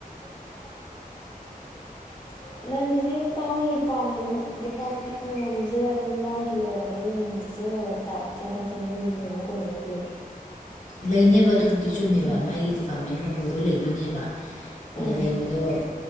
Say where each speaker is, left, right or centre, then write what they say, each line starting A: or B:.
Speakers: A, on the left; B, on the left.
A: <unintelligible>
B: ꯎꯝ
A: ꯖꯦ ꯑꯗꯨꯝ ꯃꯥꯒꯤ ꯂꯩꯔꯛꯀꯗꯣꯏꯅꯤ ꯅꯟ ꯇꯤꯆꯤꯡ ꯂꯩꯕ ꯁ꯭ꯇꯥꯐ ꯆꯦꯟꯊꯣꯛ ꯆꯦꯟꯁꯤꯟꯒꯤ ꯀꯩꯅꯣꯝ ꯀꯩꯅꯣꯝꯒꯤ
B: ꯂꯩꯅꯦꯕ ꯑꯗꯨꯕꯨꯗꯤ ꯆꯨꯝꯃꯦꯕ
A: ꯎꯝ
B: ꯃꯥꯒꯤ ꯗꯤꯄꯥꯔꯠꯃꯦꯟ ꯑꯃꯃꯝꯒꯤ ꯂꯣꯏ ꯂꯩꯗꯣꯏꯅꯦꯕ ꯂꯩꯕꯗꯣ
A: ꯎꯝ